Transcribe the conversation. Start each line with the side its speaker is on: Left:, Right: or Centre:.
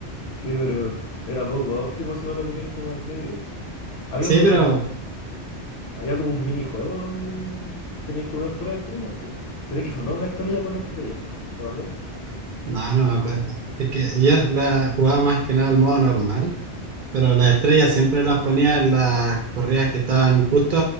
Left: Sí, pero era poco óptimo si no lo ponéis como al medio. po. Había
Right: Sí,
Left: un,
Right: pero
Left: había como un minijuego donde tenéis que poner puras estrellas, pues. Tenéis que formar una estrella con estrellas, ¿te acordás?
Right: no, no me acuerdo. Es que yo la jugaba más que nada al modo normal, pero las estrellas siempre las ponía en las corridas que estaban justo